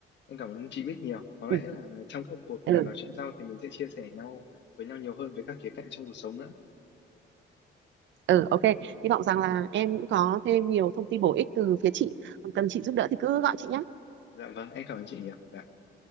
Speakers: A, on the left; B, on the right.
A: Em cảm ơn chị biết nhiều. Có
B: ừ
A: lẽ là trong các cuộc
B: ừ,
A: nói chuyện sau thì mình sẽ chia sẻ nhau với nhau nhiều hơn về các khía cạnh trong cuộc sống nữa.
B: ừ ok hy vọng rằng là em cũng có thêm nhiều thông tin bổ ích từ phía chị còn cần chị giúp
A: Dạ,
B: đỡ thì cứ gọi chị nhé
A: dạ vâng, em cảm ơn chị nhiều. Dạ,